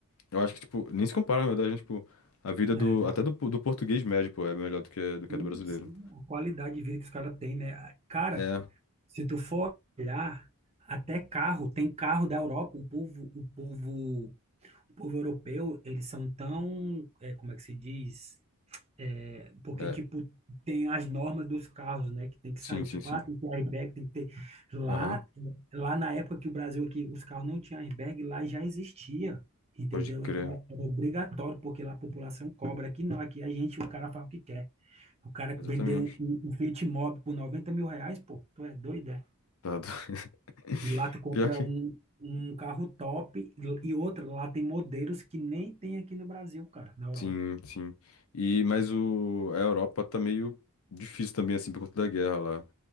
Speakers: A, on the left (about 70°); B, on the right (about 30°).
A: eu acho que, tipo, nem se compara, na verdade, né? tipo, a vida
B: É,
A: do, até do, do português médio, pô, é melhor do que, do que
B: e
A: a do brasileiro.
B: sim, a qualidade de vida que os caras têm, né? Cara,
A: É,
B: se tu for olhar, até carro, tem carro da Europa, o povo, o povo, o povo europeu, eles são tão, é, como é que se diz? É, porque,
A: é,
B: tipo, tem as normas dos carros, né? Que tem que
A: sim,
B: sair,
A: sim,
B: tipo,
A: sim.
B: ah, tem que ter airbag, tem que ter... Lá,
A: Aham,
B: lá na época que o Brasil aqui, os carros não tinham airbag, lá já existia, entendeu?
A: pode crer.
B: Então, era obrigatório, porque lá a população cobra. Aqui não, aqui a gente, o cara faz o que quer. O cara
A: Exatamente.
B: que vendeu um, um, um Fiat Mobi por noventa mil reais, pô, tu é doido, é?
A: Tá do- <laughs>
B: E lá tu compra
A: Pior que.
B: um, um carro top e outra, lá tem modelos que nem tem aqui no Brasil, cara, na Europa.
A: Sim, sim. E, mas o, a Europa tá meio difícil também, assim, por conta da guerra lá.